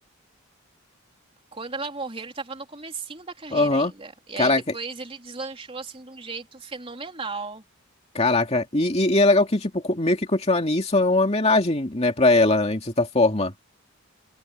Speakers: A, on the right; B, on the left.
A: Quando ela morreu, ele estava no comecinho da carreira
B: aham.
A: ainda. E
B: Caraca,
A: aí depois ele deslanchou assim de um jeito fenomenal.
B: Caraca, e, e, e é legal que, tipo, co- meio que continuar nisso é uma homenagem, né, pra ela, né, de certa forma.